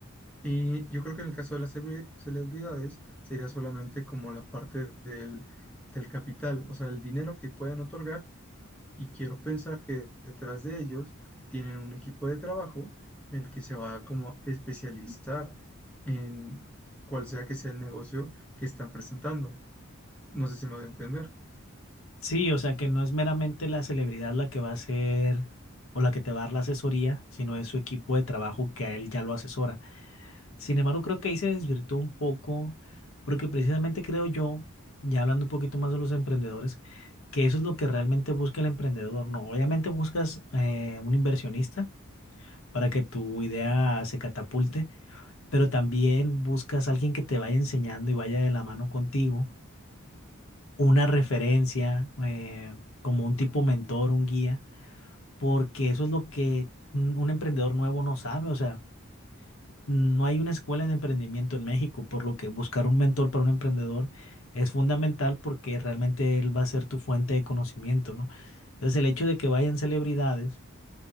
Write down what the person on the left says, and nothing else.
Sí, o sea que no es meramente la celebridad la que va a hacer o la que te va a dar la asesoría, sino es su equipo de trabajo que a él ya lo asesora. Sin embargo, creo que ahí se desvirtuó un poco, porque precisamente creo yo, ya hablando un poquito más de los emprendedores, que eso es lo que realmente busca el emprendedor, ¿no? Obviamente buscas eh, un inversionista para que tu idea se catapulte, pero también buscas a alguien que te vaya enseñando y vaya de la mano contigo una referencia, eh, como un tipo mentor, un guía, porque eso es lo que un un emprendedor nuevo no sabe. O sea, no hay una escuela de emprendimiento en México, por lo que buscar un mentor para un emprendedor es fundamental porque realmente él va a ser tu fuente de conocimiento, ¿no? Entonces, el hecho de que vayan celebridades,